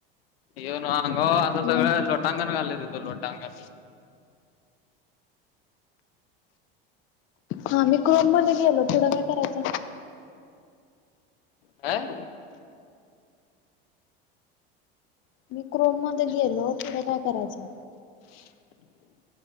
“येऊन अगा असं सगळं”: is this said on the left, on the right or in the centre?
Left